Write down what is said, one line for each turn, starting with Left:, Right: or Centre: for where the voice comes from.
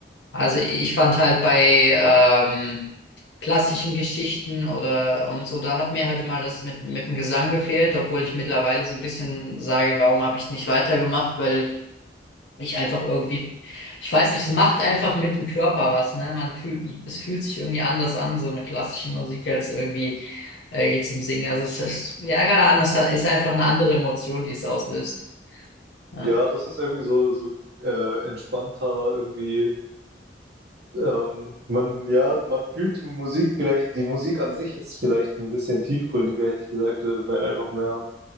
Left: Also ich fand halt bei ähm, klassischen Geschichten oder und so, da hat mir halt immer das mit, mit dem Gesang gefehlt, obwohl ich mittlerweile so ein bisschen sage, warum habe ich es nicht weitergemacht, weil ich einfach irgendwie, ich weiß nicht, es macht einfach mit dem Körper was, ne? Man fühlt, es fühlt sich irgendwie anders an, so eine klassische Musik als irgendwie äh, geht zum Singen. Also es ist, ja, keine Ahnung, es hat- ist einfach eine andere Emotion, die es auslöst. Ja.
Right: Ja, das ist irgendwie so, so äh, entspannter, irgendwie Ähm, man, ja, man fühlt die Musik vielleicht, die Musik an sich ist vielleicht ein bisschen tiefgründiger, hätte ich gesagt, äh, weil einfach mehr,